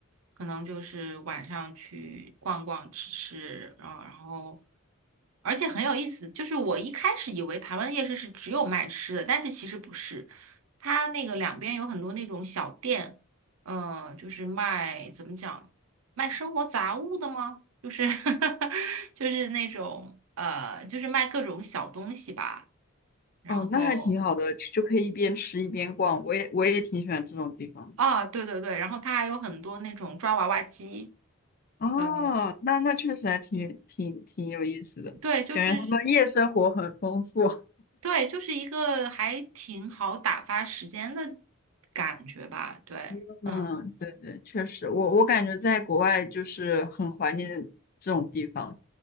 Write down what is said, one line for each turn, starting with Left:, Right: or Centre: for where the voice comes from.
Right: 可能就是晚上去逛逛、吃吃，然后然后，而且很有意思。就是我一开始以为台湾夜市是只有卖吃的，但是其实不是，它那个两边有很多那种小店，嗯、就是卖怎么讲？卖生活杂物的吗？就是 <laughs> 就是那种呃，就是卖各种小东西吧。然后
Left: 哦，那还挺好的，就可以一边吃一边逛。我也我也挺喜欢这种地方的。
Right: 啊，对对对，然后它还有很多那种抓娃娃机。
Left: 哦，
Right: 呃，
Left: 那那确实还挺挺挺有意思的，
Right: 对，就是
Left: 感觉他们夜生活很丰富。
Right: 对，就是一个还挺好打发时间的感觉吧。对，
Left: <laughs>
Right: 嗯。
Left: 嗯，对对，确实，我我感觉在国外就是很怀念这种地方，